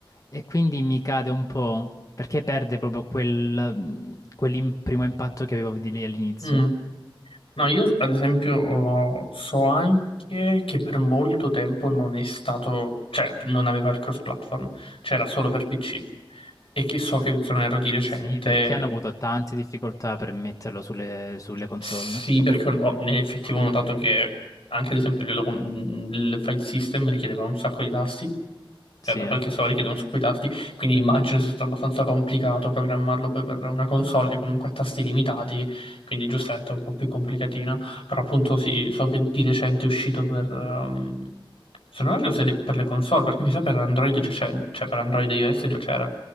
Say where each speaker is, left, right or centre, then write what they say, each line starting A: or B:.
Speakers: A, on the left (about 40°); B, on the left (about 80°).
A: E quindi mi cade un po' perché perde proprio quel, mh, quel primo impatto che avevo di lei all'inizio.
B: Mm. No, io ad esempio ho- so anche che per molto tempo non è stato, cioè non aveva il cross-platform, cioè era solo per PC. E che so che se non erro di recente,
A: Sì, perché hanno avuto tante difficoltà per metterlo sulle, sulle console.
B: sì, perché ho, nell'effettivo ho notato che anche ad esempio il, il file system richiedeva un sacco di tasti. cioè,
A: Sì,
B: da qualche soldi chiedono su quei tasti, quindi immagino sia stato abbastanza complicato programmarlo poi per una console che comunque ha tasti limitati, quindi giustamente è un po' più complicatina, però appunto sì, so che di recente è uscito per... ehm, se non erro se le- per le console, perché mi sa per Android già c'è, cioè per Android e iOS già c'era.